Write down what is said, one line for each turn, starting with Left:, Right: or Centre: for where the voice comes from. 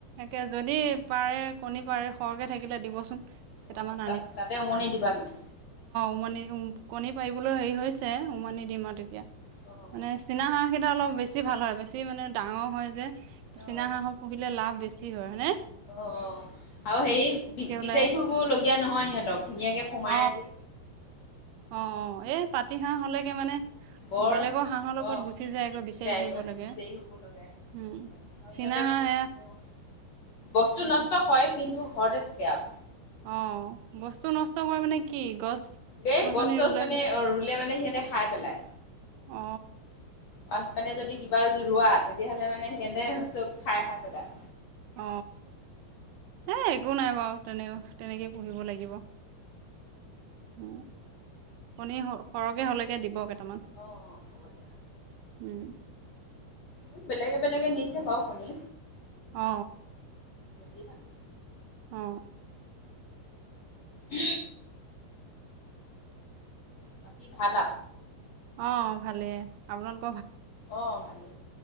Right: তাকে যদি পাৰে কণী পাৰে সৰহকৈ থাকিলে দিবচোন কেইটামান
Left: অ তাত তাতে উমনি দিবা মানে
Right: উমানি উ কণী পাৰিবলৈ হেৰি হৈছে উমানি দিমাত তেতিয়া
Left: অ'
Right: মানে চিনা হাঁ খেই অলপ বেছি ভাল হয় বেছি মানে ডাঙৰ হয় যে
Left: অ'
Right: চীনা হাঁহৰ পুহিলে লাভ বেছি কি হয় হানে
Left: অ আৰু সে বি
Right: ওলাই
Left: বিচাৰি ফুৰিব লগীয়া নহয় সিহঁতক ধুনীয়াকে সোমাই
Right: অ
Left: আজি
Right: অ এ পাতি হাঁহ হলেগে মানে
Left: বৰ
Right: বেলেগৰ হাঁহৰ লগত
Left: অুজি
Right: গুচি যায়গৈ বিচাৰি
Left: যায়গৈজ
Right: ফুৰিব লাগে
Left: হুব লগাই আৰু
Right: উম চীনা
Left: ইিহঁতে
Right: হাঁহ
Left: মানে অ বস্তু নষ্ট
Right: সেয়া
Left: কৰে কিন্তু ঘৰতে থাক থাকেও
Right: অ বস্তু নষ্ট কৰি মানে কি গছ
Left: দেই
Right: গছনি
Left: গছ চছ
Right: ৰুলে
Left: মানে ৰুলে মানে সিহঁতে খাই পেলাই
Right: অ
Left: পাচ পানে যদি কিবা ৰোৱা তেতিয়াহ'লে মানে সিহঁতে চব খাই খাই পেলাই
Right: অ হ একো নাই বাৰু তেনে তেনেকে পুহিব লাগিব উ কণী সৰহকে হলেকে দিব কেইটামান
Left: অ হ'ব দিয়া
Right: উম
Left: উ বেলেগে বেলগে নিচে বও কণি
Right: অ
Left: বি ৰাঙ
Right: অ
Left: উ ব কি ভালা
Right: অ ভালেই আপোনালোক
Left: অ ভালে